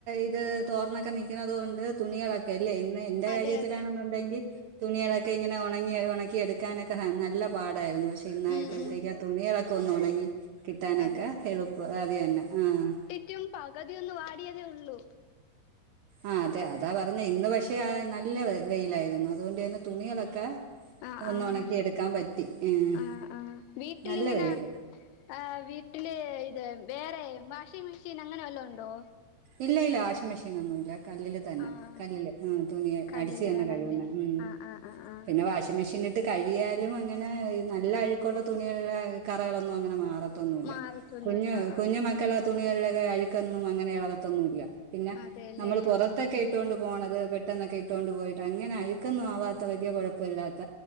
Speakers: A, on the right (about 75°); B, on the left (about 85°).
A: ഇത് തോർന്നക്ക നിക്കണത് കൊണ്ട് തുണിളക്കെ അല്ലെ ഇന്ന് എന്റെ
B: അതെ
A: കാര്യത്തിലാണെന്നുണ്ടെങ്കി
B: അതെ
A: തുണിളക്കെ ഇങ്ങനെ ഒണങ്ങി ഒണക്കി എടുക്കാനൊക്കെ നല്ല പാടാരുന്നു. പക്ഷെ ഇന്നായപ്പഴ്ത്തേക്ക
B: ഉം ഉം
A: തുണിള ഒന്നൊണങ്ങി കിട്ടാനക്ക
B: അതെ
A: ഹെളുപ്പ് അതിയന്ന ആഹ്.
B: റ്റും പകുതിയൊന്ന് വാടിയതേ ഒള്ളൂ.
A: ആഹ് അതെ അതാ പറഞ്ഞേ ഇന്ന് പക്ഷെ നല്ല വെയിലായിരുന്നു അതുകൊണ്ട് തന്നെ തുണികളൊക്കെ
B: ആഹ്
A: ഒന്ന്
B: ആഹ്
A: ഉണക്കി എടുക്കാൻ പറ്റി ഉം.
B: ആഹ് ആഹ് വീട്ടിലിങ്ങനെ
A: നല്ല വെയിൽ
B: ആഹ് വീട്ടില് ഇത് വേറെ വാഷിംഗ് മെഷീൻ അങ്ങനെ വല്ലോം ഉണ്ടോ
A: ഇല്ല ഇല്ല വാഷിംഗ് മെഷീൻ ഒന്നും ഇല്ല കല്ലില് തന്നെ
B: ആഹ്
A: കല്ലിൽ തുണി
B: കല്ലിലിടണല്ലേ
A: അടിച്ചു തന്നെ കഴുകുന്ന ഉം
B: ആഹ് ആഹ് ആഹ് ആഹ്
A: പിന്നെ വാഷിംങ്ങ് മെഷീനി ഇട്ട് കഴുകിയാലും അങ്ങനെ ഈ നല്ല അഴുക്കുള്ള തുണികള്ള കറ ഒന്നും അങ്ങനെ മാറത്തോന്നുല്ല
B: മാറത്തൊന്നുല്ല
A: കുഞ്ഞു
B: ആഹ്
A: കുഞ്ഞുമക്കള് ആ തുണി <unintelligible> അഴുക്കൊന്നും അങ്ങനെയുള്ള ഇള ത്തൊന്നുല്ല പിന്നെ
B: അതെല്ലേ
A: നമ്മള് പുറത്തൊക്കെ ഇട്ടോണ്ട് പോണത് പെ പെട്ടന്നൊക്കെ ഇട്ടൊണ്ട് പോയിട്ട് അങ്ങനെ അഴുക്കൊന്നും ആവാത്ത വലിയ കൊഴ പ്പല്ലാത്ത